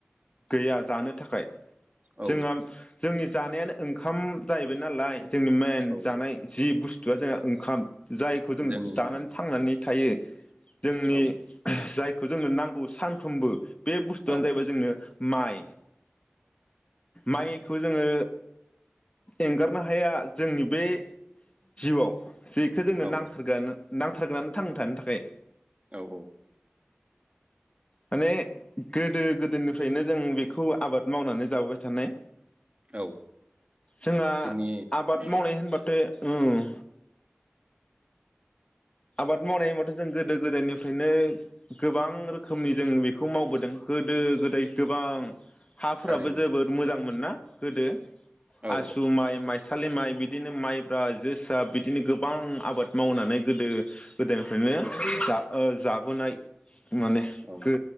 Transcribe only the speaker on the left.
गैया जानो थाखाय
जोंहा जोंनि जानायानो ओंखाम जाहैबाय नालाय जोंनि मेन
जानाय जि बुस्थुआ जोंना ओंखाम। जायखौ जों
जानानै
थांनानै थायो जोंनि
जाय जोंनो नांगौ सानफ्रोमबो बे बुस्थुयानो
जाहैबाय जोंनो माइ। माइक खौ जोङो एंगारनो हाया जोंनि बे जिउआव जिक नो
नांथारगोयानो नांथार‌ थांना थानो थाखाय।
माने गोदो गोदोनिफ्रायनो जों बेखौ आबाद मावनानै जाबोबाय थानाय
जोंहा
आबाद
मावनाय होनबाथे उम आबाद मावनाय होनबाथ' जों गोदो गोदोनिफ्रायनो गोबां रोखोमनि जों बेख खौ मावबोदों गोदो गोदाय गोबां हाफोराबो
जोबोद मोजां मोनो ना गोदो
आसु माइ माइस सालि माइ बि बिदिनो माइब्रा जोसा बिदिनो गोबां गोबां आबाद मावनानै गोदो गोदोनिफ्रायनो जा जाबोनाय माने
गो